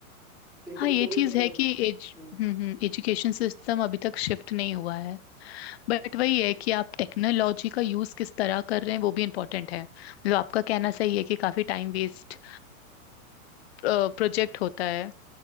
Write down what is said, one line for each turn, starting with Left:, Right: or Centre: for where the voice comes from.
Centre: टीचर
Left: हाँ ये
Centre: को भी
Left: चीज
Centre: मतलब
Left: है कि एज
Centre: हम्म,
Left: हम्म हम्म एजुकेशन सिस्टम अभी तक शिफ्ट नहीं हुआ है बट वही है कि आप टेक्नोलॉजी का यूज किस तरह कर रहे हैं वो भी इम्पोर्टेंट है मतलब आपका कहना सही है कि काफी टाइम वेस्ट प्रोजेक्ट होता है